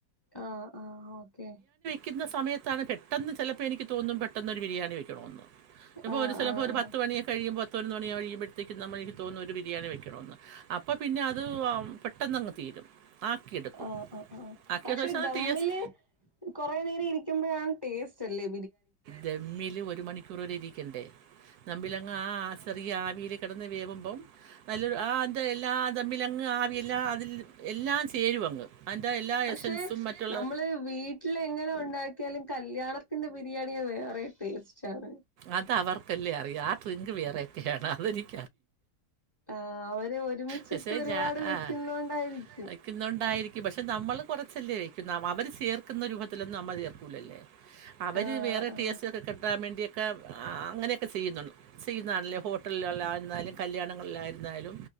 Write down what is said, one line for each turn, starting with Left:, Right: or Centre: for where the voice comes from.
Left: ആഹ ആഹ് ഓക്കെ
Right: വക്കുന്ന സമയത്താണ് പെട്ടെന്ന് ചിലപ്പോൾ എനിക്ക് തോന്നും പെട്ടെന്ന്ൊരു ബിരിയാണി വെക്കണമോന്ന് ഇപ്പൊ
Left: ആ
Right: ഒരു ചലപ്പോ
Left: ആ
Right: ഒരു
Left: ആ
Right: പത്ത് മണിയ കഴിയുമ്പോ തോന്നന്ന് തുടങ്ങിയഴിയുമോഴത്തേക്ക് നമ്മ എനിക്ക് തന്നുന്നു ഒരു ബിരിയാണി വെക്കണ എന്ന് അപ്പൊ പിന്നെ അത് പെട്ടെന്ന് അങ്ങ് തീരും ആക്കിയെടുക്കും.
Left: ആഹ ആ് ആഹ
Right: ആക്കിയ
Left: പക്ഷെ
Right: ശേഷം
Left: ഇന്താ
Right: ടി
Left: മ്മില്
Right: എസ്
Left: കൊറ നേരം ഇരിക്കുമ്പോഴാണ് ടേസ്റ്റ്ല്ലേ
Right: ഡമ്മിൽ ഒരു മണിക്കൂർ വരെ ഇരിക്കും ിക്കണ്ടേ നമ്മമ്പിലങ് ആ ചെറിയ ആവിൽ കിടന്ന് വേവുമ്പം നല്ലൊരു ആന്ത എല്ലാ തമ്മില അങ്ങ് ആവി എല്ലാം അതിൽ എല്ലാം ചേരുും അങ്ങ് അതിൻ്റെ എല്ലാ
Left: പക്ഷെ
Right: എസൻസും മറ്റുള്ള
Left: നമ്മള് വീട്ടില എങ്ങനെ ഉണ്ടാക്കി എാലും കല്യാണത്തിന്റെ ബിരിയാണിയ വേറെ ടേസ്റ്റ് ആണ്
Right: അത അവർക്ക കല് അററി ആ ഡ്രിങ്ക് വേറെയൊക്കെയാണ് അതെനിക്ക്
Left: ആ അവര് ഒരുമിച്ചിട്ട്
Right: പക്ഷേ
Left: ഒരുപാട്
Right: ഞാൻ
Left: വെക്കുന്നോണ്ടായിരിക്കും
Right: ആ വെക്കുന്നുണ്ടായിരിക്കും. പക്ഷെ നമ്മൾ കുറച്ചല്ലേ വക്കും അവർ ചേർക്കുന്ന രൂപത്തിലൊന്നും നമ്മൾ ചേർക്കൂില്ലല്ലേ അവര്
Left: ആ
Right: വറെ
Left: ആ
Right: ടസ്ക്കെ കെട്ടാ വേണ്ടിയ ഒക്കെ അങ്ങനെയൊക്കെ ചെയ്യുന്നു ചെയ്യുന്നതാണല്ലേ ഹോട്ടലിലള്ള ആരുന്നാലും കല്യാണങ്ങളിലായിരുന്നാലും